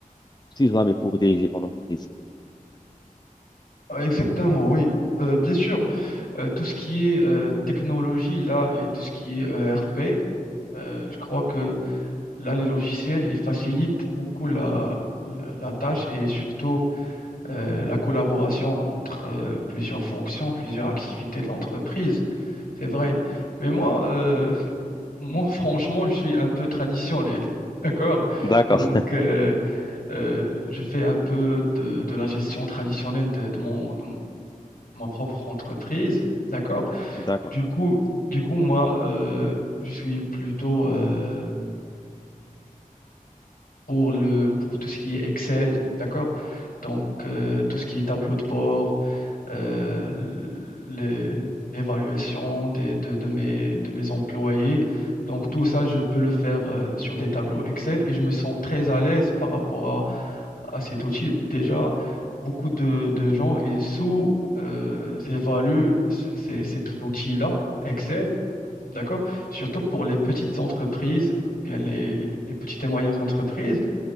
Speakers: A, on the left; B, on the left.
A: si jamais pour diriger ton entreprise.
B: Ah, Exactement, oui. Euh, bien sûr, euh, tout ce qui est euh, technologie là et tout ce qui est ERP, euh, je crois que là, les logiciels, ils facilitent beaucoup la, la, la tâche et surtout euh, la collaboration entre euh, plusieurs fonctions, plusieurs activités de l'entreprise. C'est vrai. Mais moi, euh, <laughs> moi, franchement, je suis un peu traditionnel. <laughs> D'accord?
A: D'accord,
B: Donc, euh, euh, je fais un peu de, de la gestion traditionnelle de, de mon, de mon- ma propre entreprise. D'accord?
A: <laughs> d'accord,
B: Du coup, du coup, moi, euh, je suis plutôt euh, pour le, pour tout ce qui est Excel. D'accord? Donc, euh, tout ce qui est tableau de bord euh, l'é- l'évaluation des- de, de mes, de mes employés. Donc tout ça, je peux le faire euh, sur des tableaux Excel et je me sens très à l'aise par rapport à, à cet outil. Déjà, beaucoup de, de gens, ils sous-évaluent cet outil-là, Excel, d'accord? Surtout pour les petites entreprises. ou bien les, les petites et moyennes entreprises,